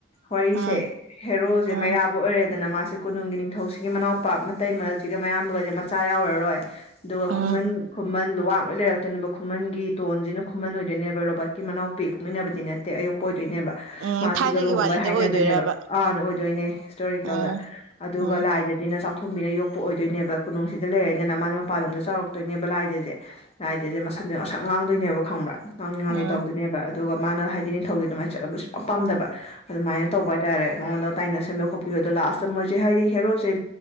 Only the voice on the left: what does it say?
ꯋꯥꯔꯤꯁꯦ
ꯍꯦꯔꯣꯁꯦ
ꯃꯩꯔꯥꯕ ꯑꯣꯏꯔꯦꯗꯅ ꯃꯁꯤ ꯀꯅꯨꯡꯒꯤ ꯅꯤꯡꯊꯧꯁ ꯁꯤꯒꯤ ꯃꯅꯥꯎꯄꯥ ꯃꯇꯩꯁꯤꯒ ꯃꯌꯥꯝꯕꯒꯁꯦ ꯃꯆꯥ ꯌꯥꯎꯔꯔꯣꯏ ꯑꯗꯨꯒ
ꯈꯨꯃꯟ ꯈꯨꯃꯟ ꯂ ꯋꯥꯡ ꯂꯣꯏ ꯂꯩꯔꯛꯇꯣꯏꯅꯦꯕ ꯈꯨꯃꯟꯒꯤ ꯇꯣꯟꯁꯤꯅ ꯈꯨꯃꯟ ꯑꯣꯏꯗꯣꯏꯅꯦꯕ ꯔꯣꯕꯥꯔꯠꯀꯤ ꯃꯅꯥꯎ ꯄꯦꯛ ꯄꯣꯛꯃꯤꯟꯅꯗꯤ ꯅꯠꯇꯦ ꯑꯌꯣꯛꯄ
ꯃꯥꯁꯤꯒ
ꯂꯨꯍꯣꯡꯕ
ꯍꯥꯏꯅꯗꯣꯏꯅꯦꯕ
ꯑꯥ ꯑꯣꯏꯗꯣꯏꯅꯦ ꯍꯇꯣꯔꯤꯀꯦꯜꯗ
ꯍꯥꯏꯦ
ꯊꯨꯝꯕꯤꯅ ꯌꯣꯛꯄ ꯑꯣꯏꯗꯣꯏꯅꯦꯕ ꯀꯣꯅꯨꯡꯁꯤꯗ ꯂꯩꯔꯅꯤꯅ ꯃꯥꯗꯤ ꯃꯄꯥꯟ ꯂꯝꯗ ꯆꯥꯎꯔꯛꯇꯣꯏꯅꯦꯕ ꯂꯥꯏꯖꯁꯦ ꯂꯥꯏꯖꯁꯦ ꯃꯁ ꯁꯕꯖꯦꯛ ꯃꯁꯛ ꯉꯥꯡꯗꯣꯏꯅꯦꯕ ꯈꯪꯕ꯭ꯔꯥ ꯉꯥꯡ ꯉꯥꯡꯂꯤ
ꯇꯧꯗꯣꯏꯅꯦꯕ ꯑꯗꯨꯒ ꯃꯥꯅ ꯍꯥꯏꯗꯤ ꯅꯤꯡꯊꯧꯒꯤ ꯑꯗꯨꯃꯥꯏꯅ ꯆꯠꯂꯕꯁꯨ ꯌꯥꯝ ꯄꯥꯝꯗꯕ ꯑꯗꯨꯃꯥꯏꯅ ꯇꯧꯕ ꯍꯥꯏꯇꯥꯔꯦ ꯃꯉꯣꯟꯗ ꯇꯥꯏꯅ ꯁꯦꯝꯕꯤ ꯈꯣꯠꯄꯤꯕꯗꯣ ꯂꯥꯁꯇ ꯃꯣꯏꯁꯦ ꯍꯥꯏꯗꯤ ꯍꯦꯔꯣꯁꯦ